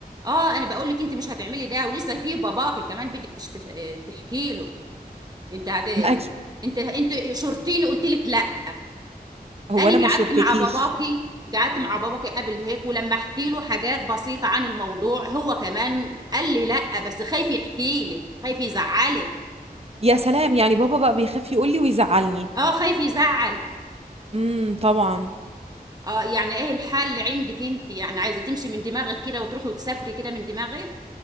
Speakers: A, on the right; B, on the right.
A: اه انا بقول لك انت مش هتعملي ده ولسه في باباكي كمان بدك تشت... تحكي له انت هت...
B: ما أكي...
A: انت انت شرطيني قلت لك لا
B: هو
A: انا
B: انا ما
A: قعدت
B: شورتكيش
A: مع باباكي قعدت مع باباكي قبل هيك ولما احكي له حاجات بسيطة عن الموضوع هو كمان قال لي لا بس خايف يحكي لك خايف يزعلك
B: يا سلام يعني بابا بقى بيخاف يقول لي ويزعلني
A: اه خايف يزعل
B: امم طبعا
A: اه يعني ايه الحل عندك انت يعني عايزة تمشي من دماغك كده وتروحي وتسافري كده من دماغك